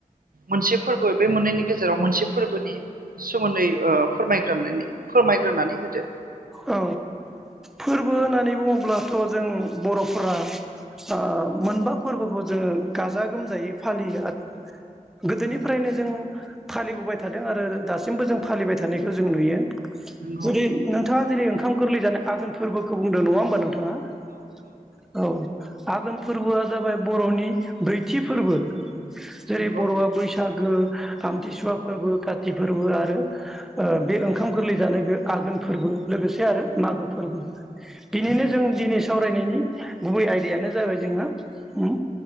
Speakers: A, on the right (about 80°); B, in the centre.
A: मोनसे फोरबो बे मोननैनि गेजेराव मोनसे फोरबोनि सोमोन्दै ओ फोरमाय फोरमायग्रोनानै होदो।
B: औ फोरबो होननानै बुङोब्लाथ' जों बर'फोरा। ओ मोनबा फोरबोखौ जोङो गाजा गोमजायै फालियो आरो गोदोनिफ्रायनो जों फालिबोबाय थादों आरो दासिमबो जों फालिबाय थानायखौ जों नुयो।
A: नंगौ
B: जुदि नोंथाङा जेरै ओंखाम गोरलै जानाय आघोन फोरबोखौ बुंदों नङा होमबा नों औ आगोन। फोरबोआ जाबाय बर'नि ब्रैथि फोरबो जेरै
A: नंगौ
B: बर'आ
A: औ नंगौ
B: बैसागो। आमथिसुवा फोरबो काति फोरबो आरो ओ बे ओंखाम गोरलै जानाय बे आघोन फोरबो। लोगोसे आरो मागो फोरबो बिनिनो जों दिनै सावरायनायनि गुबै आयदायानो जाबाय जो जोङा उम